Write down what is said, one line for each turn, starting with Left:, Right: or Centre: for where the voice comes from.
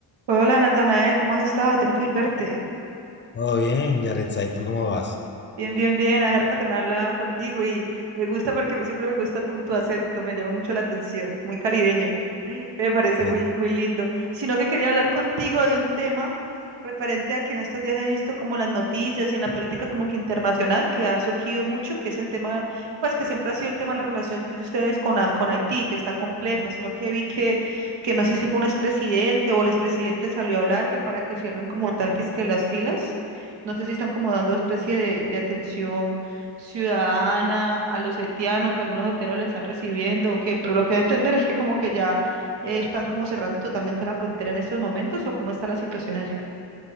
Right: Hola Natanael, ¿cómo has estado? Tiempo sin verte.
Left: Todo bien, Yaretza, ¿y tú cómo vas?
Right: Bien, bien, bien. Hace rato que no hablaba contigo y me gusta porque siempre me gusta tu, tu acento, me llama mucho la atención, muy caribeño. <laughs> Me parece
Left: Eh,
Right: muy, muy lindo. Sino que quería hablar contigo de un tema referente a que en estos días he visto como las noticias y en la política como que internacional que ha surgido mucho, que es el tema, pues que siempre ha sido el tema de la relación que ustedes con, Ha- con Haití, que está compleja, sino que vi que, que no sé si fue un expresidente o el expresidente salió a hablar que para que cierren como tal que es que las filas. No sé si están como dando especie de, de atención ciudadana a los haitianos, o algunos haitianos lo están recibiendo o qué, pero lo que voy a entender es que como que ya eh, están como cerrando totalmente la frontera en estos momentos o cómo está la situación allá.